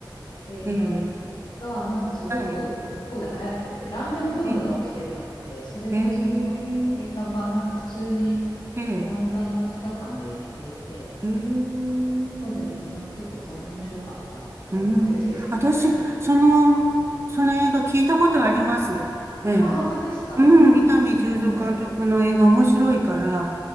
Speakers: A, on the left; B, on the right.
A: 映画
B: ええ。
A: が、なんかすごく向こうで流行ってて、
B: はい。
A: ラーメンブームが起きてたんで、
B: ええ。
A: それでその映画がなんか普通に
B: ええ。ええ。
A: オランダの映画館でやっていて、
B: ええ。
A: ここで見て、なんか結構たの面白かった覚えでが。
B: うーん、私、
A: <laughs>
B: その、その映画聞いたことあります。ええ。
A: あ、本当ですか、
B: うん、
A: タンポポ。
B: 伊丹十三監督の映画面白いから、
A: うん。うん